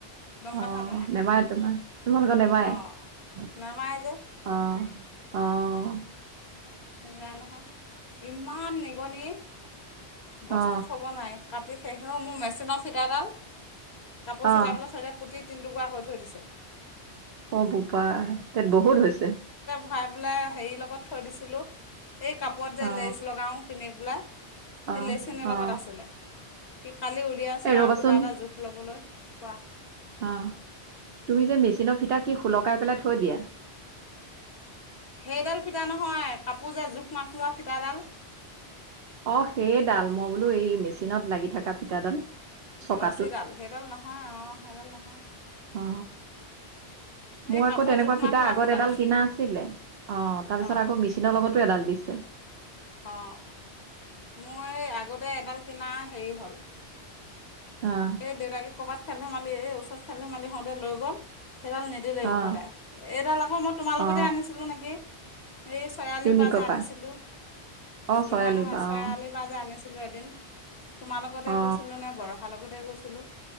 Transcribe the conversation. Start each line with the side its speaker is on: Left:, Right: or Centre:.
Left: গম পাইছানে
Right: অ',
Left: নাই
Right: নেমাৰে তোমাৰ। তোমালোকৰ বেমাৰে?
Left: অঁ
Right: অ',
Left: নামাৰে যে
Right: অ'।
Left: সেইকাৰণেহে। ইমান নিগনি, বস্তু
Right: অ
Left: থ'ব নোৱাৰে। কাটি শেষেও মোৰ মেচিনৰ ফিটাডাল, কাপোৰ
Right: অ
Left: চিলাই
Right: অ
Left: পেলাই থৈ দিওঁ কুটি তিন টুকুৰা কৰি থৈ দিছে।
Right: অ, বোপা। তে বহুত হৈছে।
Left: খাই পেলাই হেৰিৰ লগত থৈ দিছিলোঁ। এই কাপোৰত যে
Right: অ
Left: লেচ লগাওঁ কিনি পেলাই? সেই
Right: অ
Left: লেচখিনিৰ লগত
Right: অ
Left: আছিলে। সি কালি উলিয়াইছোঁ
Right: এ ৰ'বাচোন
Left: আৰু কিবা এটা জোখ ল'বলৈ। কোৱা?
Right: অ', তুমি যে মেচিনৰ ফিতা কি শুলকাই পেলাই থৈ দিয়া?
Left: সেইডাল ফিতা নহয়, কাপোৰ যে জোখ মাখ লোৱা ফিতাডাল?
Right: অ', সেইডাল। মই বোলো এই মেচিনত লাগি থকা ফিটাডাল। চকাটোত
Left: ৰছীডাল? সেইডাল নহয় অ, সেইডাল নহয়।
Right: অ মোৰ
Left: এই
Right: আকৌ
Left: কাপোৰ
Right: তেনেকুৱা
Left: জোখ
Right: ফিটা
Left: মাখ লোৱা
Right: আগত
Left: ফিটাডাল
Right: এডাল কিনা আছিলে। অ', তাৰপিছত
Left: অঁ
Right: আকৌ মেচিনৰ লগতো এডাল দিছে।
Left: অ', মোৰ আগতে এডাল কিনা হেৰি হ'ল।
Right: আ
Left: দেউতাক ক'ৰবাত খেল ধেমালি এই ওচৰত খেল ধমালি হওঁতে লৈ গ'ল, সেইডাল নিদ দিলে
Right: অ
Left: উভদাই এইডাল আকৌ মই তোমাৰ লগতে
Right: অ
Left: আনিছিলোঁ নেকি? হে চয় আলিৰ
Right: ইউনিকৰ
Left: পা যে আনিছিলোঁ?
Right: পৰা অ চৰালিৰ
Left: নহয়-নহয়
Right: পৰা
Left: চয়
Right: অ
Left: আলী বা যে আনিছিলোঁ এদিন, তোমাৰ লগতে
Right: অ
Left: গৈছিলোঁ নে বৰষাৰ লগতে গৈছিলোঁ?